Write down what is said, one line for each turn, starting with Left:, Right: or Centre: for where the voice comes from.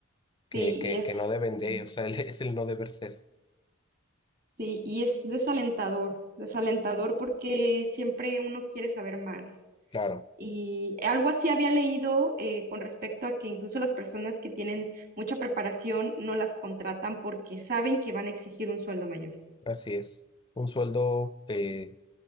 Left: que,
Right: Sí,
Left: que,
Right: y es,
Left: que no deben de,
Right: Mm.
Left: o sea, <laughs> el- es el no deber ser.
Right: sí, y es desalentador, desalentador porque siempre uno quiere saber más.
Left: Claro,
Right: Y algo así había leído eh, con respecto a que incluso las personas que tienen mucha preparación no las contratan porque saben que van a exigir un sueldo mayor.
Left: así es. Un sueldo, eh,